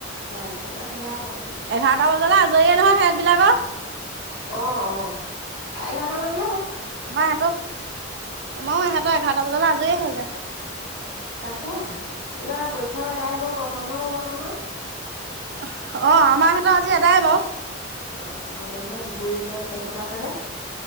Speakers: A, on the left; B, on the right.
A: তাৰপিছত আৰু এইয়া আৰু
B: এঘাৰটা বজালৈ আজৰিয়ে নহয় সিহঁত বিলাকৰ।
A: অ', অ', চাৰে এঘাৰটা মান
B: আমাৰ ইহঁতক, আমাৰো ইহঁতৰ এঘাৰটা বজালৈ আজৰি হৈ যায়।
A: তাকে এইবাৰ পৰীক্ষাও এদায় হ'ব গৰম বন্ধও হ'ব নহয়।
B: অ', আমাৰ সিহঁতৰ আজি এদায় বাৰু।
A: অ', গৰম বন্ধ হয় দিবই নহয় এক তাৰিখৰ পৰা চাগে।